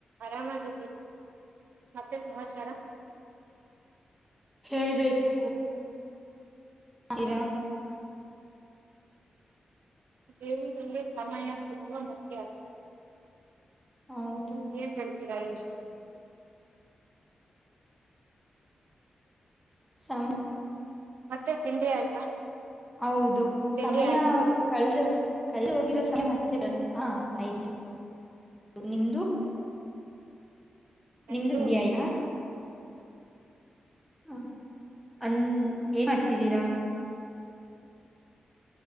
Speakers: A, on the right; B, in the centre.
A: ಆರಾಮಾಗಿ ಮತ್ತೆ ಸಮಾಚಾರ
B: ಹೇಳ್ಬೇಕು <unintelligible>
A: ಜೀವನದಲ್ಲಿ ಸಮಯ ತುಂಬಾ ಮುಖ್ಯ
B: ಹೌದು
A: ಏನ್ ಹೇಳ್ತೀರಾ ಷ
B: ಸಮ್
A: ಮತ್ತೆ ತಿಂಡಿ ಆಯ್ತಾ
B: ಹೌದು
A: ತಿಂಡಿ
B: ಸಮಯ
A: ಆಯ್ತಾ
B: ಕಳದು ಕಲ್ದು ಹೋಗಿರೋ ಸಮಯ ಮತ್ತೆಲ್ಲ ಹ ಆಯ್ತು ನಿಮ್ದು
A: ನಂದು
B: ನಿಮ್ದು ತಿಂಡಿ ಆಯ್ತಾ
A: ಆಯ್ತು
B: ಹ್ಮ ಅನ್ ಏನ್ ಮಾಡ್ತಿದ್ದೀರಾ